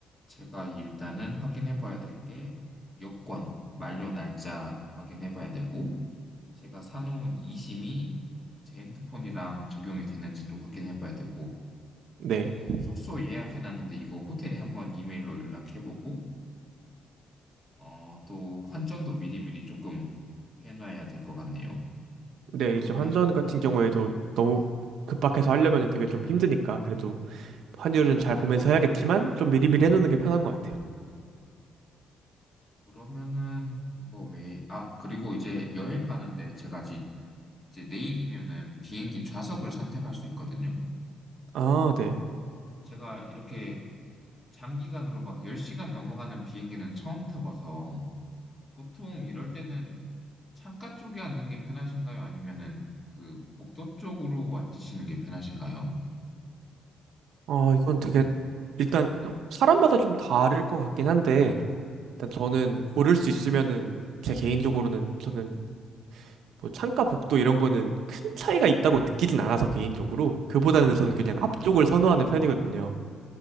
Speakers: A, on the left (about 20°); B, on the right (about 70°).
A: 제가 일단은 확인해 봐야 될 게 요건 만료 날짜 확인해 봐야 되고 제가 사놓은 이심이 제 핸드폰이랑 적용이 되는지도 확인해 봐야 되고
B: 네.
A: 또 숙소 예약해 놨는데 이거 호텔에 한번 이메일로 연락해 보고 어, 또 환전도 미리미리 조금 해 놔야 될 것 같네요.
B: 네,
A: 그러면
B: 이제 환전 같은 경우에도 너무
A: 네.
B: 급박해서 하려면 되게 좀 힘드니까, 그래도 환율은 잘 보면서 해야겠지만, 좀 미리미리 해놓는 게 편한 것 같아요.
A: 그러면은 이거 왜, 아, 그리고 이제 여행 가는데 제가 아직 이제 내일이면은 비행기 좌석을 선택할 수 있거든요.
B: 아, 네.
A: 제가 이렇게 장기간으로 막 10시간 넘어가는 비행기는 처음 타봐서 보통 이럴 때는 창가 쪽에 앉는 게 편하신가요? 아니면은 그 복도 쪽으로 앉으시는 게 편하신가요?
B: 아, 이건 되게, 일단 사람마다 좀 다를 것 같긴 한데, 일단 저는 고를 수 있으면은 제 개인적으로는 저는 뭐 창가 복도 이런 거는 큰 차이가 있다고 느끼진 않아서 개인적으로 그보다는 저는 그냥 앞쪽을 선호하는 편이거든요.